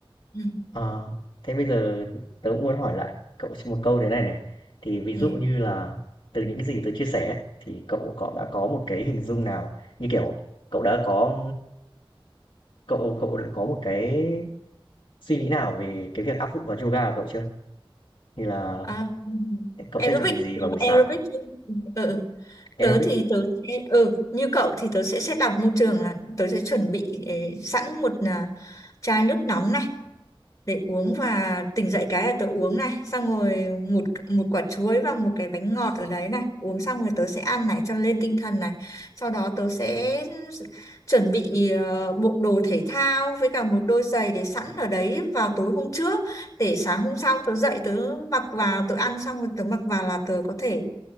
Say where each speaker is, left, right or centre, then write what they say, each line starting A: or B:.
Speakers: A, on the left; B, on the left.
A: ừ
B: ờ, thế bây giờ tớ cũng muốn hỏi lại cậu một câu thế này này, thì ví
A: ừ
B: dụ như là từ những cái gì tớ chia sẻ ấy, thì cậu cậu đã có một cái hình dung nào, như kiểu, cậu đã có, cậu cậu đã có một cái suy nghĩ nào về cái việc áp dụng vào yoga của cậu chưa? Như là
A: à, ừ.
B: cậu
A: aerobic
B: sẽ chuẩn bị gì
A: đúng
B: vào buổi
A: là aerobic
B: sáng?
A: chứ ừ ừ. ừ.
B: Aerobic,
A: tớ thì tớ sẽ ừ như cậu thì tớ sẽ set up môi trường là tớ sẽ chuẩn bị eh, sẵn một à, chai nước nóng này để uống và tỉnh dậy cái là tớ uống này xong rồi một một quả chuối và một cái bánh ngọt ở đấy này uống xong rồi tớ sẽ ăn này cho lên tinh thần này sau đó tớ sẽ chuẩn bị ờ, bộ đồ thể thao với cả một đôi giày để sẵn ở đấy vào tối hôm trước để sáng hôm sau tớ dậy tớ mặc vào tớ ăn xong rồi tớ mặc vào là tớ có thể